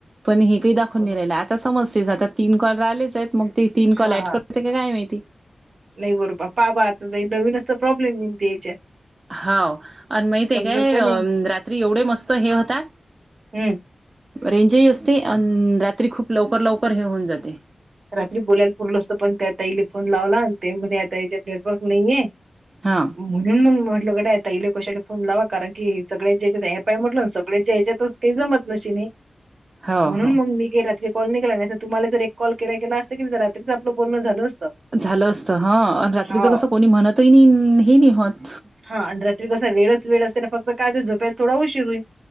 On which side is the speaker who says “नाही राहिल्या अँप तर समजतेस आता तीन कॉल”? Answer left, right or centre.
Right